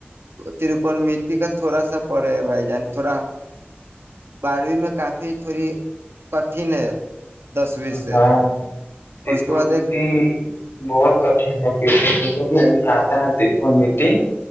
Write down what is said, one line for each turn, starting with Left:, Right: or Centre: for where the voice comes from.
Right: ترکن متی کا تھوڑا سا پڑے ہے بھائی <unintelligible> ن تھوڑا بارہویں میں کافی تھوڑی <unintelligible> کٹھن ہے <unintelligible> دسویں سے
Left: ہاں د
Right: اور اس
Left: کوتی
Right: کے بعد ایک
Left: بہت کٹھن ہے <unintelligible> بی م بھی ہم آتاتے کو م تھے <unintelligible>